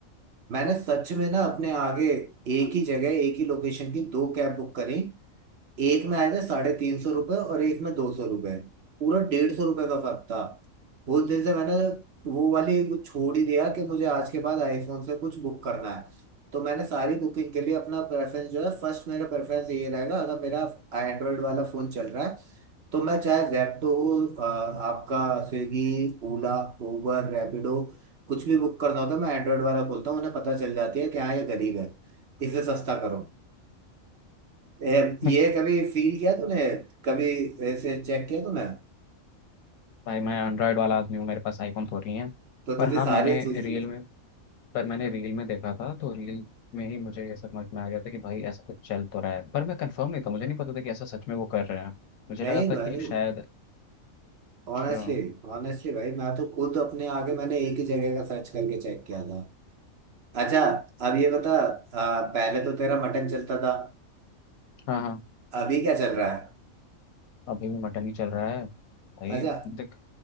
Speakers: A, on the right; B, on the left.
A: मैंने सच में ना अपने आगे एक ही जगह एक ही लोकेशन की दो कैब बुक करी एक में आए थे साढ़े तीन सौ रुपये और एक में दो सौ रुपये पूरा डेढ़ सौ रुपये का फर्क था उस दिन से मैंने वो वाली छोड़ ही दिया कि मुझे आज के बाद आईफोन से कुछ बुक करना है तो मैंने सारी बुकिंग के लिए अपना प्रेफरेंस जो है फर्स्ट मेरा प्रेफरेंस ये रहेगा अगर मेरा एंड्रॉयड वाला फ़ोन चल रहा है तो मैं चाहे जेप्टो हो आ, आपका स्विगी ओला उबर रैपिडो कुछ भी बुक करना होता है मैं एंड्रॉयड वाला खोलता हूँ उन्हें पता चल जाती है कि हाँ ये गरीब है इसे सस्ता करो ए,
B: मैं।
A: ये कभी फील किया तूने कभी ऐसे चेक किया तूने
B: <laughs> भाई मैं एंड्रॉयड वाला आदमी हूँ मेरे पास आईफोन थोड़ी है
A: तो
B: पर
A: तुझे
B: हाँ
A: सारी
B: मैंने
A: चीज
B: रील में पर मैंने रील में देखा था तो रील में ही मुझे ये समझ में आ गया था कि भाई ऐसा कुछ चल तो रहा है पर मैं कंफर्म नहीं था मुझे नहीं पता था कि ऐसा सच में वो कर रहे हैं मुझे
A: नहीं
B: लगा था
A: भाई
B: कि शायद अच्छा
A: ऑनेस्टली ऑनेस्टली भाई मैं तो खुद अपने आगे मैंने एक ही जगह का सर्च करके चेक किया था अच्छा अब ये बता आ, पहले तो तेरा मटन चलता था
B: हाँ हाँ
A: अभी क्या चल रहा है
B: अभी भी मटन ही चल रहा है भाई
A: अच्छा
B: देख